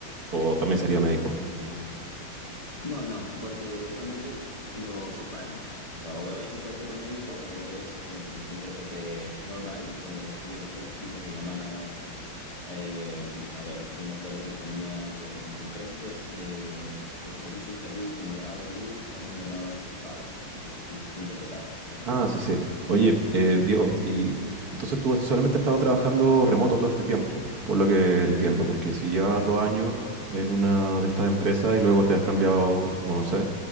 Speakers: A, on the right; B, on the left.
A: O también sería médico.
B: No, no, porque usualmente lo separan. O sea, o eres intérprete médico o eres el intérprete normal, donde recibe los otros tipos de llamadas. Eh, a ver, yo me acuerdo que tenía que em- empresas de, de- de servicios de salud como Agua y Luz, alguien llamaba a hacer su pago. Entonces tú, tú interpretabas ahí.
A: Ah, sí, sí. Oye,
B: Así.
A: eh, Diego, y entonces tú solamente has estado trabajando remoto todo este tiempo, por lo que entiendo, porque si llevas dos años en una de estas empresas y luego te has cambiado, o no sé,